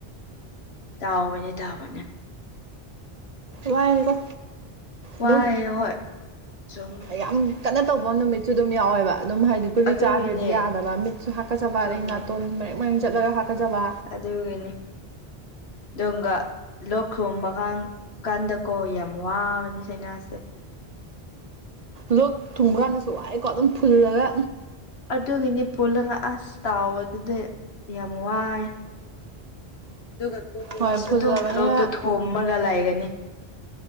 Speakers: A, on the left; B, on the right.
A: ꯇꯧꯕꯅꯦ ꯇꯧꯕꯅꯦ
B: ꯋꯥꯏꯗꯥ
A: ꯋꯥꯏꯑꯦ
B: ꯑꯗꯨꯝ
A: ꯍꯣꯏ ꯆꯨꯝꯃꯦ
B: ꯌꯥꯝ ꯀꯟꯅ ꯇꯧꯕ ꯅꯨꯃꯤꯠꯁꯨ ꯑꯗꯨꯝ ꯌꯥꯎꯋꯦꯕ ꯑꯗꯨꯝ ꯍꯥꯏꯗꯤ ꯒꯨꯂꯤ
A: ꯑꯗꯨꯒꯤꯅꯦ
B: ꯆꯥꯗ꯭ꯔꯗꯤ ꯌꯥꯗꯕ ꯃꯤꯠꯁꯨ ꯍꯥꯀꯠꯆꯕ
A: ꯆꯨꯝꯃꯦ
B: ꯑꯗꯩ ꯅꯥꯇꯣꯟ ꯃꯔꯦꯡ ꯃꯔꯦꯡ ꯆꯠꯂꯒ ꯍꯥꯀꯠꯆꯕ
A: ꯑꯗꯨꯒꯤꯅꯤ ꯗꯣꯡꯒꯥ ꯂꯣꯛ ꯈꯨꯝꯕ ꯀꯥꯟ ꯀꯥꯟꯗꯀꯣ ꯌꯥꯝ ꯋꯥꯕꯅꯦ ꯁꯥꯏꯅꯥꯁꯁꯦ
B: ꯂꯣꯛ ꯊꯨꯡꯕ ꯀꯥꯟꯗꯁꯨ ꯋꯥꯏꯀꯣ ꯑꯗꯨꯝ ꯐꯨꯜꯂꯒ
A: ꯑꯗꯨꯒꯤꯅꯤ ꯐꯨꯜꯂꯒ ꯑꯁ ꯇꯥꯎꯕꯗꯨꯗꯤ ꯌꯥꯝ ꯋꯥꯏ ꯑꯗꯨꯒ ꯀꯨꯏꯅꯁꯨ
B: ꯍꯣꯏ ꯐꯨꯜꯂꯕꯅꯤꯅ
A: ꯑꯗꯨꯝ ꯂꯣꯛꯇꯣ ꯊꯨꯝꯃꯒ ꯂꯩꯥꯒꯅꯤ